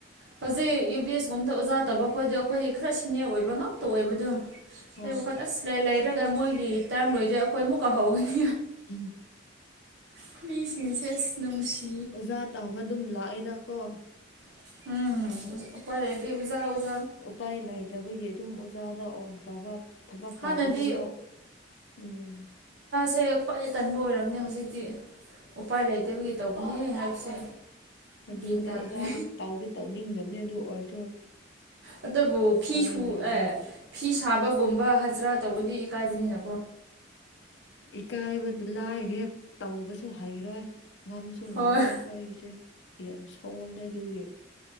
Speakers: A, on the right; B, on the left.
A: ꯍꯧꯖꯤꯛ ꯌꯨ ꯕꯤ ꯑꯦꯁꯒꯨꯝꯕꯗ ꯑꯣꯖꯥ ꯇꯥ ꯈꯣꯏꯗ ꯑꯩꯈꯣꯏꯗꯤ ꯈꯔ ꯁꯤꯅꯦꯔ ꯑꯣꯏꯕ ꯉꯥꯛꯇ ꯑꯣꯏꯕꯗꯣ
B: ꯍꯣꯏ
A: ꯑꯩ ꯋꯥꯈꯠ ꯑꯁ ꯂꯩ ꯂꯩꯔꯒ ꯃꯣꯏꯒꯤ ꯇꯔꯝ ꯂꯣꯏꯗꯤꯦ ꯑꯩꯈꯣꯏ ꯑꯃꯨꯛ ꯀꯥꯎ ꯍꯧꯒꯅꯤ
B: ꯎꯝ
A: ꯑꯩꯈ ꯃꯤꯁꯤꯡꯁꯦ ꯁꯤ ꯅꯅꯨꯡꯁꯤ
B: ꯑꯣꯖꯥ ꯇꯥꯕ ꯑꯗꯨꯝ ꯂꯥꯛꯑꯦꯗꯀꯣ
A: <unintelligible>
B: ꯎꯄꯥꯏ ꯂꯩꯇꯕꯒꯤ ꯑꯗꯨꯝ ꯑꯣꯖꯥꯗ ꯑꯣꯟꯈ꯭ꯔꯕ ꯊꯕꯛ
A: ꯍꯥꯟꯅꯗꯤ
B: ꯇꯧꯗꯕꯤꯗ ꯎꯝ
A: ꯁꯦ ꯈ꯭ꯋꯥꯏ ꯇꯟꯕ ꯑꯣꯏꯔꯝꯅꯦ ꯍꯧꯖꯤꯛꯇꯤ ꯎꯄꯥꯏ ꯂꯩꯇꯕꯒꯤ ꯇꯧꯒꯅꯤ ꯍꯥꯏꯕꯁꯦ
B: ꯑꯗꯨꯅꯦ
A: ꯌꯦꯟ ꯇꯥꯈ꯭ꯔꯦ
B: ꯑꯣꯖꯥꯗꯤ ꯇꯥꯎꯗꯤ ꯇꯧꯅꯤꯡꯗꯕꯅꯦ ꯑꯗꯨ ꯑꯣꯏꯔꯁꯨ
A: ꯑꯗꯨ ꯑꯗꯨꯕꯨ ꯐꯤꯁꯨ
B: ꯎꯄꯥꯏ ꯂꯩꯇ꯭ꯔꯦ
A: ꯑꯦ ꯐꯤꯁ ꯁꯥꯕꯒꯨꯝꯕ ꯍꯖꯔꯥ ꯇꯧꯕꯗꯤ ꯏꯀꯥꯏꯕꯅꯤꯅ
B: ꯏꯀꯥꯏꯕꯗꯨ ꯂꯥꯏꯔꯦ ꯇꯧꯕꯁꯨ ꯍꯩꯔꯣꯏ ꯉꯝꯁꯨ ꯉꯝꯃꯣꯏ
A: ꯍꯣꯏ
B: ꯑꯩꯈꯣꯏꯒꯤꯁꯦ ꯌꯥꯝ ꯁꯣꯜꯂꯦ ꯑꯗꯨꯒꯤ